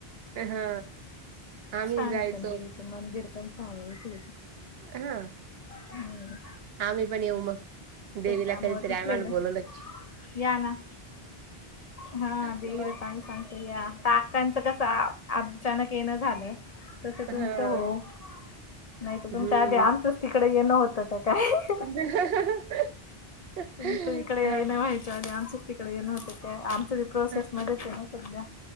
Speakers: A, on the right; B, on the left.
A: हा. आम्ही
B: छान
A: जायचो
B: आहे, पण देवीचं मंदिर पण छान आहे.
A: हा.
B: हम्!
A: आम्ही पण येऊ मग देवीला,
B: त्यामुळे
A: कधीतरी
B: तिथलेलं
A: आम्हाला बोलवलकी.
B: या ना हा देवीला
A: मग
B: तर आम्ही सांगतो. या आत्याचं कसं अचानक, येणं झालं! तसं तुमच
A: हा
B: होवो. नाही तर तुमच्या
A: हम्म.
B: आधी आमचंच तिकडं येणं होतं का काय?
A: <inaudible>
B: तुमचं इकडे येणं
A: हां,
B: व्हायचं आधीच आमचंच तिकडं येणं होतंय का काय. आमच प्रोसेसमध्येच
A: हां,
B: आहे ना सध्या,